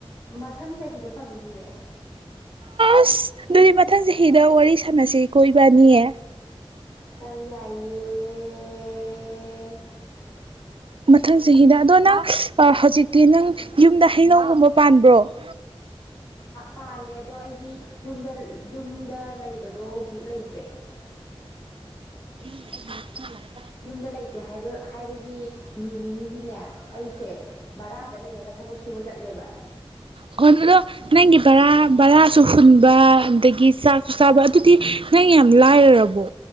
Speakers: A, on the left; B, on the right.
A: ꯃꯊꯪ ꯆꯍꯤꯗ ꯐꯪꯅꯤꯌꯦ
B: ꯑꯁ ꯑꯗꯨꯗꯤ ꯃꯊꯪ ꯆꯍꯤꯗ ꯋꯥꯔꯤ ꯁꯥꯟꯅꯁꯤ ꯀꯣꯏ ꯏꯕꯥꯅꯤꯌꯦ
A: ꯑꯣꯏꯏꯌꯦ
B: ꯃꯊꯪ ꯆꯍꯤꯗ ꯑꯗꯣ ꯅꯪ ꯍꯧꯖꯤꯛꯇꯤ ꯅꯪ ꯌꯨꯝꯗ ꯍꯩꯅꯧꯒꯨꯝꯕ ꯇꯣ
A: ꯄꯥꯜꯂꯦ ꯑꯗꯣ ꯑꯩꯗꯤ ꯌꯨꯝꯗ ꯌꯨꯝꯗ ꯂꯩꯕꯗꯣ ꯍꯧꯖꯤꯛ ꯂꯩꯇ꯭ꯔꯦ <unintelligible>
B: ꯦ <inaudible>
A: ꯌꯨꯝꯗ ꯂꯩꯇꯦ ꯍꯥꯏꯕ ꯍꯥꯏꯕꯒꯤ ꯃꯤꯅꯤꯡꯗꯤꯅꯦ ꯑꯩꯁꯦ ꯕꯔꯥꯗ ꯂꯩꯔꯒ ꯊꯕꯛ ꯁꯨꯕ ꯆꯠꯂꯦꯕ
B: ꯑꯣ ꯑꯗꯣ ꯅꯪꯒꯤ ꯕꯔꯥ ꯕꯔꯥꯁꯨ ꯍꯨꯟꯕ ꯑꯗꯒꯤ ꯆꯥꯛꯁꯨ ꯆꯥꯕ ꯑꯗꯨꯗꯤ ꯅꯪ ꯌꯥꯝ ꯂꯥꯏꯔꯔꯕꯣ